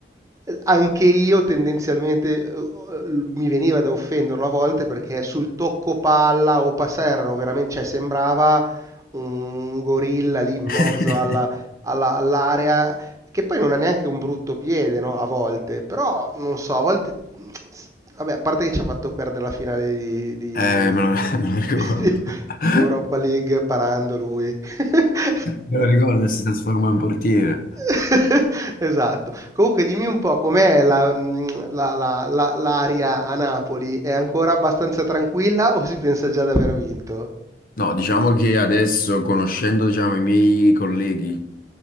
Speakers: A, on the right (about 20°); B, on the left (about 50°).
A: eh, anche io tendenzialmente eh, mi veniva da offenderlo a volte perché sul tocco palla o passare erano veramente, cioè sembrava un gorilla lì in mezzo
B: <laughs>
A: alla- alla- all'area che poi non ha neanche un brutto piede, no? A volte, però non so, a volte, vabbè, a parte che ci ha fatto perdere la finale di, di-
B: Eh,
A: di-
B: me lo, <laughs> me lo ricordo.
A: <laughs> di-
B: <laughs>
A: di Europa League parando lui. <laughs>
B: Me lo ricordo e si trasforma in portiere.
A: <laughs> Esatto. Comunque, dimmi un po' com'è la- mh, la- la- la- l'aria a Napoli? È ancora abbastanza tranquilla o si pensa già di aver vinto?
B: No, diciamo che adesso, conoscendo, diciamo, i miei colleghi,